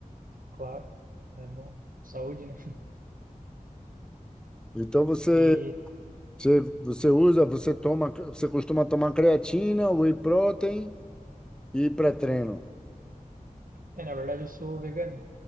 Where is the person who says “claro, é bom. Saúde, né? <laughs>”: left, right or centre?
Right